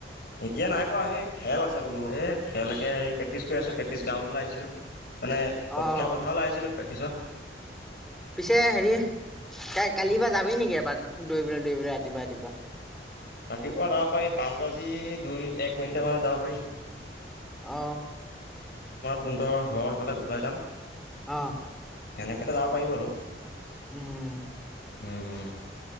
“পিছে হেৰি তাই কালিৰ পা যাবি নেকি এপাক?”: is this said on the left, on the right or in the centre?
Centre